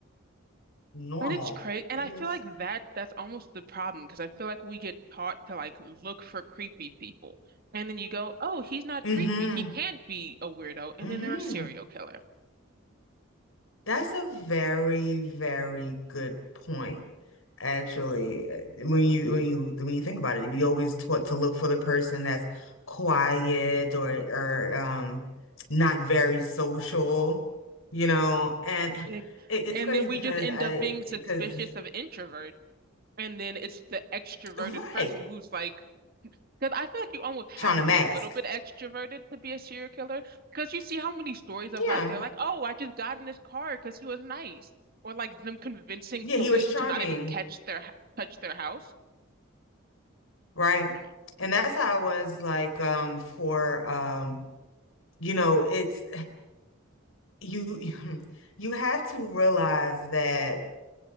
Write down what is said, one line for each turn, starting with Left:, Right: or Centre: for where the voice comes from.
Left: normal.
Right: And it's crazy. And
Left: I
Right: I
Left: just,
Right: feel like that that's almost the problem because I feel like we get taught to like look for creepy people. And then you go, "Oh, he's not
Left: mm-hmm,
Right: creepy. He can't be a weirdo." And
Left: mm-hmm.
Right: then they're a serial killer.
Left: That's a very, very good point. Actually, Uh, when you when you when you think about it, we always taught to look for the person that's quiet or or um not very social, you know. And
Right: Like,
Left: it, it's
Right: and
Left: crazy
Right: then we
Left: because
Right: just end
Left: I
Right: up being suspicious
Left: because
Right: of introverts, And then it's the extroverted
Left: right,
Right: person who's like Because I feel like you almost have
Left: trying to
Right: to
Left: mask.
Right: be a little bit extroverted to be a serial killer. Because you see how many stories about
Left: Yeah,
Right: they're like, oh, I just got in his car because he was nice, or like them convincing
Left: yeah,
Right: police
Left: he was charming.
Right: to not even catch their h- touch their house.
Left: Right.
Right: I don't know.
Left: And that's how it was like um for um you know it's you <laughs> you have to realize that